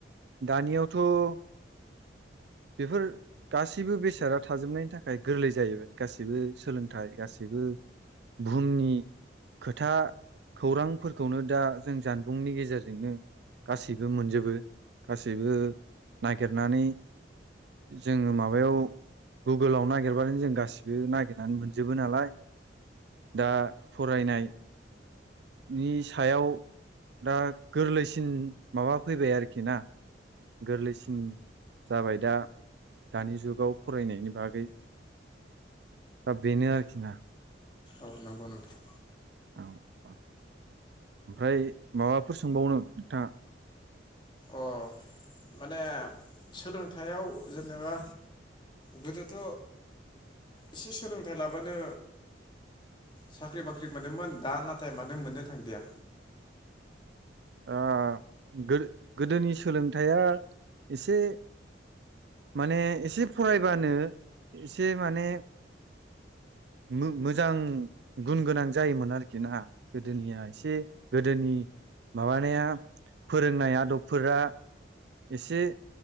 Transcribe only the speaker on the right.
दानियावथ' बेफोर गासैबो बेसादा थाजोबनायनि थाखाय गोरलै जाहैबाय गासैबो सोलोंथाइ गासैबो बुहुमनि खोथा खौरांफोरखौनो दा जों जानबुंनि गेजेरजोंनो गासैबो मोनजोबो गासैबो नागिरनानै जोङो माबायाव गुगोलाव नागिरबानो जों गासिबो नागिरनानै मोनजोबो नालाय दा फरायनायनि सायाव दा गोरलैसिन माबा फैबाय आरखि ना? गोरलैसिन जाबाय दा दानि जुगाव फरायनायनि बागै। दा बेनो आरखि ना।
औ औ ओमफ्राय माबाफोर सोंबावनो नोंथाङा?
ओ गो-गोदोनि सोलोंथाइया एसे माने एसे फरायबानो एसे माने मो-मोजां गुन गोनां जायोमोन आरखि ना? गोदोनिया एसे गोदोनि माबानाया फोरोंनाय आदबफोरा एसे